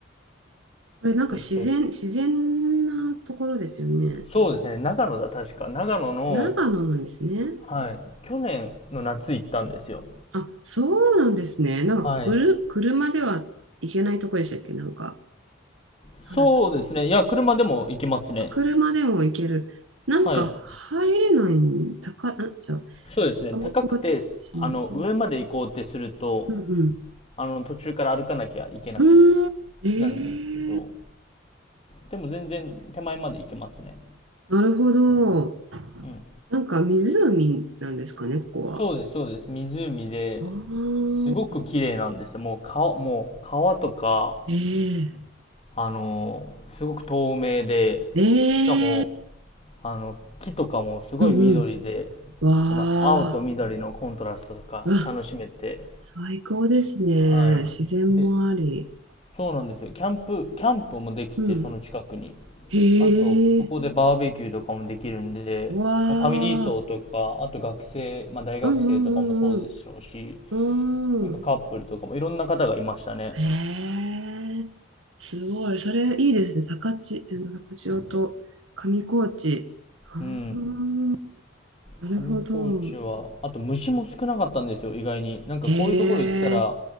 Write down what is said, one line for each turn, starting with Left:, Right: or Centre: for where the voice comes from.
Right: これなんか自然、
Left: えっと、
Right: 自然なところですよね。
Left: そうですね。長野だ、確か。長野の、
Right: 長野なんですね。
Left: はい。去年の夏行ったんですよ。
Right: あ、そうなんですね。なんかくる、
Left: はい。
Right: 車では行けないとこでしたっけなんか、
Left: そうですね。
Right: なんだっけ
Left: いや、車でも行きますね。
Right: 車でも行ける。なんか入れないん、
Left: はい。
Right: 高、なんちゃう、
Left: そうですね。
Right: 上高地。
Left: 高くて、あの、上まで行こうってすると、
Right: うん
Left: あの、途中から歩かなきゃいけなきゃ
Right: うん。うーん。えー、
Left: なるんですけど、でも全然手前まで行けますね。
Right: なるほど。
Left: うん。
Right: なんか湖なんですかね、ここは。
Left: そうです、そうです。湖で、
Right: ああ、
Left: すごく綺麗なんですよ。もう川、もう川とか、
Right: ええ、
Left: あの、すごく透明で、
Right: ええ、
Left: しかも、あの、木とかもすごい緑で、
Right: うんうん。わ
Left: その青と緑のコントラストとか楽しめて、
Right: あ、うわ、最高ですね。
Left: は
Right: 自然もあり。
Left: い。で、そうなんですよ。キャンプ、キャンプもできて、
Right: うん。
Left: その近くに。
Right: へえ、
Left: あと、そこでバーベキューとかもできるんで、
Right: わあ、
Left: まあファミリー層とか、あと学生、まあ大学生とかもそうでしょうし、
Right: うんうんうんうん。
Left: なんかカップルとかもいろんな方がいましたね。
Right: うん。へえ、すごい。それいいですね。坂地、え坂千と上高地。ああ、
Left: うん。
Right: なるほど。
Left: 上高地は、あと虫も少なかったんですよ、意外に。なんかこういうところ行ったら、
Right: ええ、